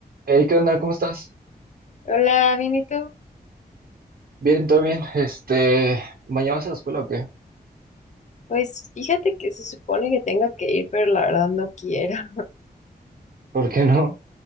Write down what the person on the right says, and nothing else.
Hey, ¿qué onda? ¿Cómo estás?
Bien, todo bien. Este, ¿mañana vas a la escuela o qué?
<laughs> ¿Por qué no?